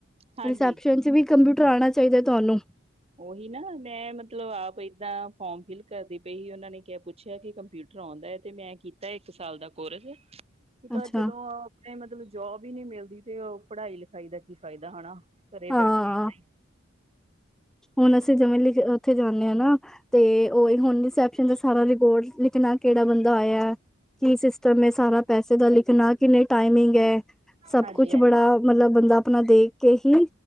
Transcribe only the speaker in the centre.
ਰਿਸੈਪਸ਼ਨ ਚ ਵੀ ਕੰਪਿਊਟਰ ਆਉਣਾ ਚਾਹੀਦਾ ਤੁਹਾਨੂੰ!
ਅੱਛਾ
ਹਾਂ
ਹੁਣ ਅਸੀਂ ਜਿਵੇਂ ਲਿਖ ਉੱਥੇ ਜਾਂਦੇ ਹਾਂ ਨਾ ਤੇ ਉਹੀ ਹੁਣ ਦਾ ਸਾਰਾ ਰਿਕਾਰਡ ਲਿਖਣਾ ਕਿਹੜਾ ਬੰਦਾ ਆਇਆ। ਕੀ ਸਿਸਟਮ ਹੈ ਸਾਰਾ ਪੈਸੇ ਦਾ ਲਿਖਣਾ ਕਿੰਨੀ ਟਾਈਮਿੰਗ ਹੈ। ਸਭ
ਕੁਛ ਬੜਾ ਮਤਲਬ ਬੰਦਾ ਆਪਣਾ ਦੇਖ ਕੇ ਹੀ